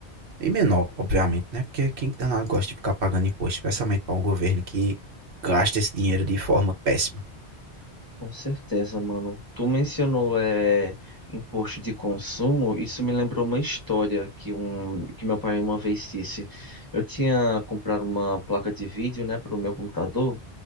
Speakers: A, on the right; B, on the left.
A: e menor, obviamente, né? Porque quem danado gosta de ficar pagando imposto, especialmente para um governo que gasta esse dinheiro de forma péssima.
B: com certeza, mano. Tu mencionou é, imposto de consumo, isso me lembrou uma história que, um, que meu pai uma vez disse. Eu tinha comprado uma placa de vídeo, né, para o meu computador.